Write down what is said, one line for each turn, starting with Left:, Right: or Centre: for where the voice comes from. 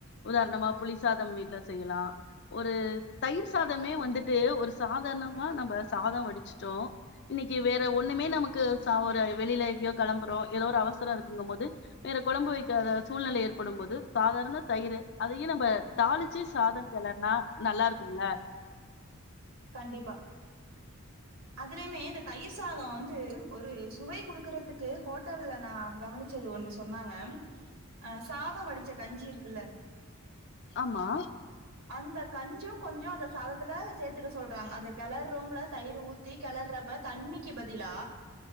Left: உதாரணமா புளிசாதம் வீட்ல செய்யலா ஒரு தயிர் சாதமே வந்துட்டு ஒரு சாதார்ணமா நம்ப சாதோ வடிச்சிட்டோ இன்னிக்கி வேற ஒன்னுமே நமக்கு ச ஒரு வெளில எங்கயோ களம்புறோ எதோ ஒரு அவசரோ இருக்குங்கமோது வேற கொழம்பு வெக்காத சூழ்நிலை ஏற்படும்போது சாதாரண தயிரு அதையு நம்ப தாளிச்சு சாதோ கெளற்னா நல்லாருக்கும்ல
Right: கண்டிப்பா அதுலயுமே இந்த தயிர் சாதோ வந்து ஒரு சுவை குடுக்கறதுக்கு ஹோட்டல்ல நா கவனிச்சது ஒன்னு சொன்னாங்க ஆ சாதோ வடிச்ச கஞ்சி இருக்குல்ல
Left: ஆமா
Right: அந்த கஞ்சியு கொஞ்சோ அந்த சாதத்துல சேத்துக்க சொ சொல்றாங்க அந்த கெளறோம்ல தயிரு ஊத்தி கெளர்றப்ப தண்ணிக்கி பதிலா